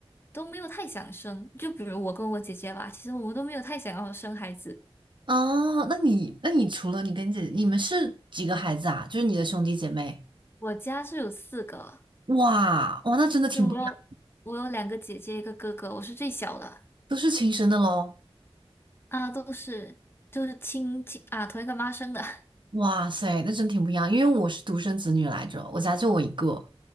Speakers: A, on the left; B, on the right.
A: 都没有太想生。就比如我跟我姐姐吧，其实我们都没有太想要生孩子。
B: 哦，那你那你除了你跟你姐，你们是几个孩子啊？就是你的兄弟姐妹？
A: 我家是有四个，
B: 哇哇，那真的挺不一样，
A: 就我有我有两个姐姐，一个哥哥，我是最小的。
B: 都是亲生的喽。
A: 啊，都是就是亲戚啊，同一个妈生的
B: 哇塞，那真挺不一样，因为我是独生子女来着，我家就我一个。